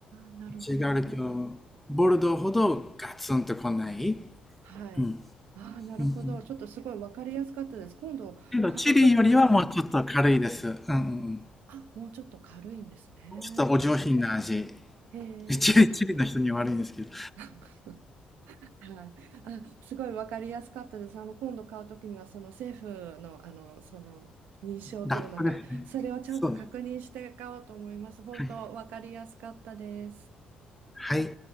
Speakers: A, on the right; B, in the centre.
A: ー、なるほど。
B: 違うけど、ボルドーほどガツンと来ない。
A: はい。
B: うん。
A: ああ、なるほど。
B: うんうん。
A: ちょっとすごいわかりやすかったです。今度買うときは、
B: けど、チリよりはもうちょっと軽いです。うんうん。
A: あ、もうちょっと軽いんですね。
B: ちょっとお上品な味。
A: へえ。
B: チリ、チリの人には悪いんですけど。
A: <laughs> はい、あ、すごいわかりやすかったです。あの今度買うときにはその政府の、あのその認証というのか、
B: ラップですね。
A: それをちゃんと確認して買おうと思います。
B: そうで
A: 本当わかりやすかったです。
B: す。はい。はい。